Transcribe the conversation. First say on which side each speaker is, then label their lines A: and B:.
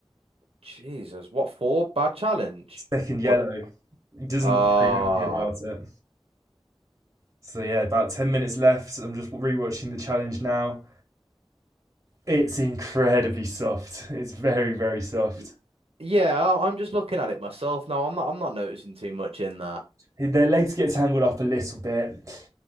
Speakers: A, on the right; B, on the right.
A: Jesus, what for? Bad challenge?
B: Second yellow.
A: Well,
B: He doesn't
A: ah,
B: look very happy about it. So yeah, about ten minutes left. I'm just rewatching the challenge now. It's incredibly soft. It's very very soft
A: y- yeah. I- I'm just looking at it myself now. I'm not. I'm not noticing too much in that.
B: Their legs get tangled up a little bit.